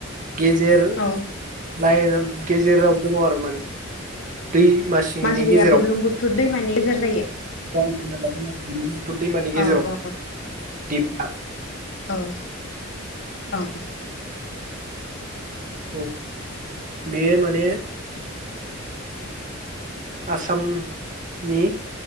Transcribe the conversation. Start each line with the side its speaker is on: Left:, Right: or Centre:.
Right: गेजेर
Left: औ
Right: लाइन गेजेराव दङ आरो माने दैमा सिंनि
Left: माजुलिया
Right: गेजेराव
Left: बुरलुंबुथुर दैमानि गेजेर जायो?
Right: <inaudible> टुर दैमानि गेजेराव
Left: औ औ
Right: दिबा
Left: औ औ
Right: औ बेयो माने आसामनि